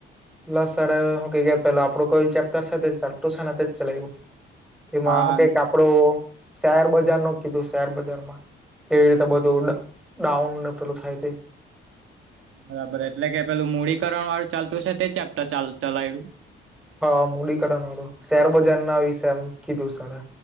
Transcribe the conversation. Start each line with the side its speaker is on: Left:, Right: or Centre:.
Centre: મુલ્લા સરે હું કે પેલા આપડું કોઈ ચેપ્ટર છે ને ચાલતું છે તેજ ચલાવ્યું. એમાં
Right: હા
Centre: હું કેય કે આપડુ શેરબજારનુ કીધું શેર બજાર માં. કેવી રીતે બધું ડ ડાઉન ને પેલું થાય તે.
Right: બરાબર એટલે કે પેલું મૂડીકરણ વાળું ચાલતું છે તે ચેપ્ટર ચાલ ચલાવ્યુ.
Centre: હા મૂડીકરણ વાળું શેરબજાર ના વિશે એમ કીધું સરે.